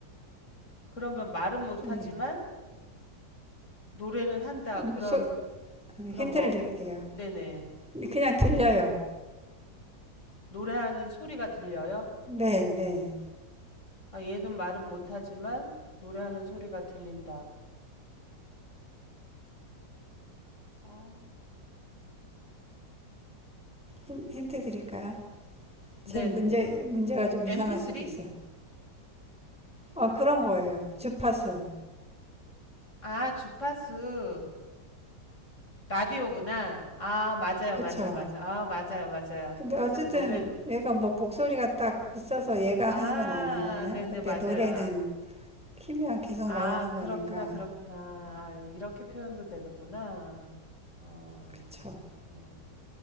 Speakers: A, on the left; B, in the centre.
A: 그러면 말은 못하지만
B: 좀
A: 노래는 한다.
B: 노소,
A: 그런
B: 힌트를
A: 그런 뭐
B: 드릴게요.
A: 네네.
B: 그냥 들려요.
A: 노래하는 소리가 들려요?
B: 네, 네.
A: 아, 얘는 말은 못하지만 노래하는 소리가 들린다. 어.
B: 힌- 힌트 드릴까요?
A: 네네.
B: 제 문제, 문제가 좀
A: MP3?
B: 이상할 수도 있어요. 어, 그런 거예요. 주파수.
A: 아, 주파수. 라디오구나. 아, 맞아요,
B: 그쵸?
A: 맞아요, 맞아요. 아, 맞아요, 맞아요.
B: 근데
A: 항상
B: 어쨌든
A: 노래,
B: 얘가 뭐 목소리가 딱 있어서 얘가
A: 아,
B: 하는 건 아니잖아요.
A: 네네,
B: 근데
A: 맞아요.
B: 노래는
A: 아,
B: 키면 계속
A: 아,
B: 나오는
A: 그렇구나,
B: 거니까.
A: 그렇구나. 아, 이렇게 표현도 되는구나. 어,
B: 그쵸?
A: 네.